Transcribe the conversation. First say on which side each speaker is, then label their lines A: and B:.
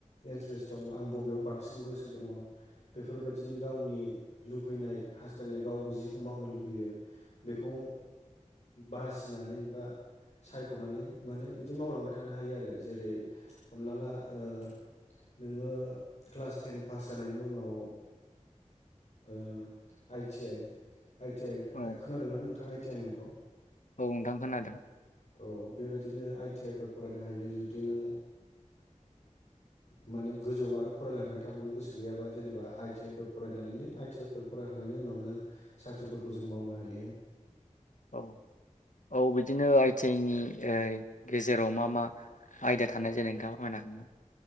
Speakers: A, on the left; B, on the left.
A: इन्ट्रेस्ट दं आं बबे बेयाव बांसिन गोसो दङ, बेफोरबायदिनो गावनि लुगैनाय हास्थायनाय गाव जिखौ मावनो लुगैयो बेखौ बासिनानै, बा सायख'नानै माने बिदि मावलांबाय थानो हायो आरो। जेरै हमना ला आ नोङो क्लास टेन पास जानायनि उनाव ओ आइटि आइ आइथि
B: औ
A: आइ खोनादोंना नोंथाङा? <unintelligible>
B: औ नोंथां खोनादों।
A: औ बेबायदिनो आइटि आइ फोर फरायनो हायो, जुदि नों माने गोजौ आरो फरायलांबाय थाबावनो गोसो गैयाबा जेनेबा आइ टि आइ फोर फरायनानैनो आइ टि आइ फोर फरायखांनायनि उनावनो साख्रिफोरखौ जों मावनो हायो।
B: औ औ बिदिनो आइटि आइ नि ओ गेजेराव मा मा आयदा थानाय जायो नोंथाङा फोरमायना हागो?